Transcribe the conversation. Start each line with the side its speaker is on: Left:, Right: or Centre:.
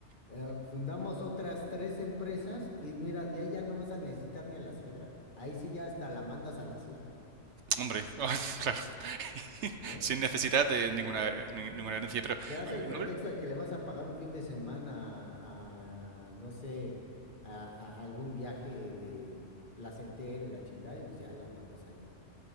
Left: eh, fundamos otras tres empresas y mira, ya ya no vas a necesitar ni a la suegra. Ahí sí ya hasta la mandas al asilo,
Right: hombre, <laughs> claro, <laughs>
Left: ¿ves?
Right: sin necesidad de ninguna, eh,
Left: ¿No?
Right: ni- ninguna herencia, pero, eh,
Left: Le das el pretexto
Right: no,
Left: de que le vas a pagar un fin de semana a, a- no sé, a, a algún viaje de placentero y la chingada, y pues ya la mandas ahí al,